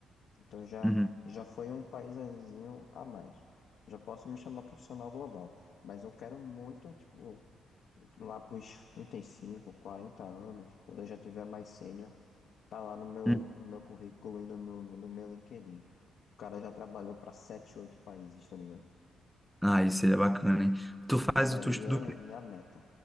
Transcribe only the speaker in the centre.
Uhum.
Uhum.
Ah, isso seria bacana, hein? Tu faz,
tu estuda
o quê?